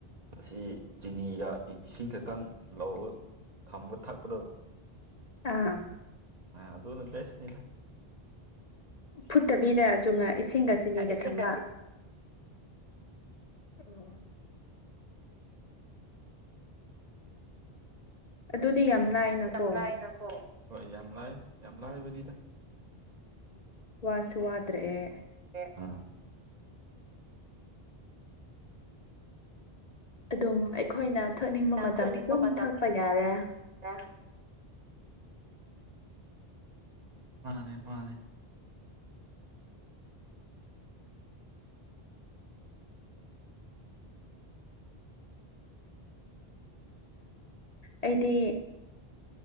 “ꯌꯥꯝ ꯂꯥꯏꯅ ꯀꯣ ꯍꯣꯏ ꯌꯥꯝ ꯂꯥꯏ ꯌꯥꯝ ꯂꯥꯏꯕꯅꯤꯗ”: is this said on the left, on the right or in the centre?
Right